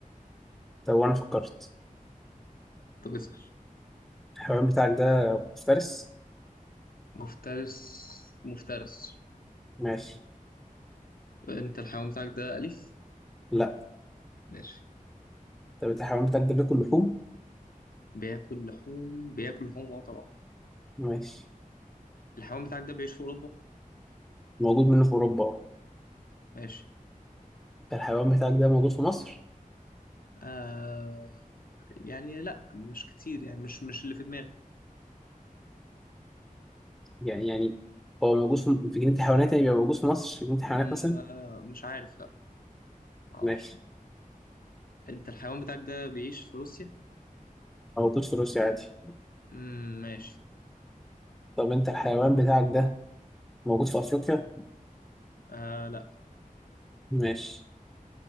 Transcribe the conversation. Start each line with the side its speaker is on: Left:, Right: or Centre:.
Centre: طب وانا فكرت
Left: أنت بتسأل
Centre: الحيوان بتاعك ده مفترس
Left: مفترس مفترس
Centre: ماشي
Left: انت الحيوان بتاعك ده أليف
Centre: لا
Left: ماشي
Centre: طب انت الحيوان بتاعك ده بياكل لحوم
Left: بياكل لحوم بياكل لحوم اه طبعا
Centre: ماشي
Left: الحيوان بتاعك ده بيعيش في أوروبا
Centre: موجود منه في اوروبا اه
Left: ماشي
Centre: انت الحيوان بتاعك ده موجود في مصر
Left: آه يعني لا مش كتير يعني مش مش اللي في دماغي
Centre: يعني يعني هو موجود في في جنينة الحيوانات يعني بيبقى موجود في مصر في جنينة الحيوانات
Left: م-
Centre: مثلا
Left: آه، مش عارف لا معرفش
Centre: ماشي
Left: انت الحيوان بتاعك ده بيعيش في روسيا
Centre: موجود في روسيا عادي
Left: مم، ماشي
Centre: طب انت الحيوان بتاعك ده موجود في افريقيا
Left: آه لا
Centre: ماشي